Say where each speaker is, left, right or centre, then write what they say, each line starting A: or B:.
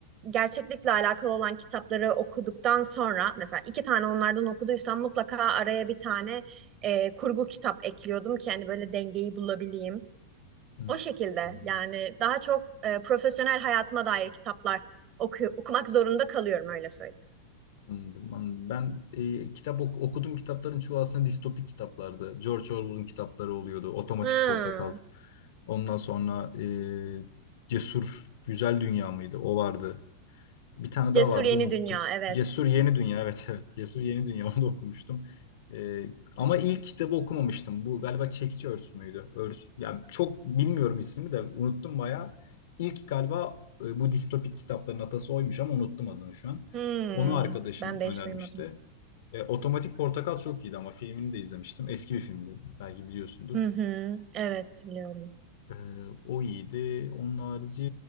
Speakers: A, on the right (about 40°); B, on the left (about 70°).
A: gerçeklikle alakalı olan kitapları okuduktan sonra mesela iki tane onlardan okuduysam mutlaka araya bir tane e, kurgu kitap ekliyordum ki hani böyle dengeyi bulabileyim.
B: Hmm,
A: O şekilde
B: anladım.
A: yani daha çok e, profesyonel hayatıma dair kitaplar oku- okumak zorunda kalıyorum öyle söyleyeyim.
B: Anladım, anladım. Ben e, kitap ok- okudum kitapların çoğu aslında distopik kitaplardı. George Orwell'ın kitapları oluyordu. Otomatik
A: Hmm.
B: Portakal. Ondan sonra e, Cesur Güzel Dünya mıydı? O vardı. Bir tane
A: Cesur
B: daha vardı
A: Yeni
B: unuttum.
A: Dünya evet.
B: Cesur Yeni Dünya evet <laughs> evet. Cesur Yeni Dünya onu da okumuştum. Ee, ama ilk kitabı okumamıştım. Bu galiba Çekici Örs müydü? Örs. Yani çok bilmiyorum ismini de unuttum bayağı. İlk galiba e, bu distopik kitapların atası oymuş ama unuttum adını şu an.
A: Hmm.
B: Onu arkadaşım
A: Ben de
B: önermişti.
A: hiç duymadım.
B: E, Otomatik Portakal çok iyiydi ama filmini de izlemiştim. Eski bir filmdi. Belki biliyorsundur.
A: Hı hı. Evet biliyorum.
B: Ee, o iyiydi. Onun harici